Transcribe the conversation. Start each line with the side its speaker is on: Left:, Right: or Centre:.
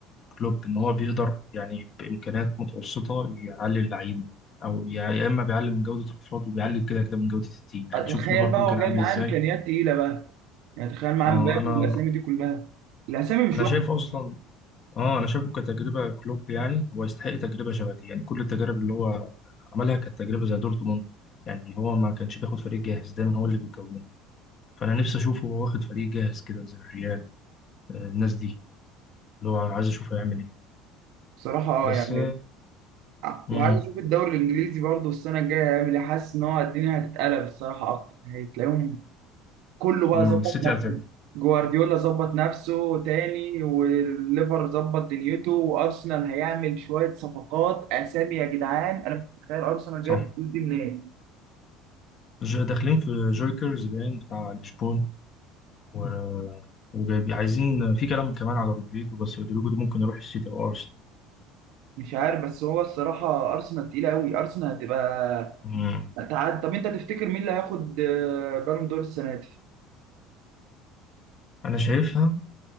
Left: كلوب ان هو بيقدر يعني بامكانيات متوسطه يعلي اللعيبه او يا يا اما بيعلي من جوده الافراد وبيعلي كده كده من جوده التيم يعني شوف
Right: تخيل
Left: ليفربول
Right: بقى هو
Left: كان
Right: جاي
Left: عامل
Right: معاه
Left: ازاي
Right: امكانيات تقيله بقى يعني تخيل معاه
Left: اه
Right: مبابي
Left: انا
Right: والاسامي دي كلها الاسامي مش
Left: انا
Right: وحشه
Left: شايف اصلا اه انا شايفه كتجربه كلوب يعني هو يستحق تجربه شبه دي يعني كل التجارب اللي هو عملها كانت تجربه زي دورتموند يعني هو ما كانش بياخد فريق جاهز دايما هو اللي بيكونه فانا نفسي اشوفه هو واخد فريق جاهز كده زي الريال آه، الناس دي اللي هو عايز اشوفه يعمل ايه
Right: بصراحه اه
Left: بس
Right: يعني آه،
Left: امم
Right: وعايز اشوف الدوري الانجليزي برضه السنه الجايه هيعمل ايه حاسس ان هو الدنيا هتتقلب الصراحه اكتر هتلاقيهم كله بقى
Left: السيتي
Right: ظبط نفسه
Left: هتعمل
Right: جوارديولا ظبط نفسه تاني والليفر ظبط دنيته وارسنال هيعمل شويه صفقات اسامي يا جدعان انا مش متخيل ارسنال
Left: صح
Right: جايب الفلوس دي منين
Left: ج- داخلين في جوكرز باين بتاع لشبون و... وجايب عايزين في كلام كمان على رودريجو بس رودريجو ده ممكن يروح السيتي او ارسنال
Right: مش عارف بس هو الصراحه ارسنال تقيله قوي ارسنال هتبقى
Left: مم.
Right: هتعد طب انت تفتكر مين اللي هياخد آه، بالون دور السنه دي
Left: انا شايفها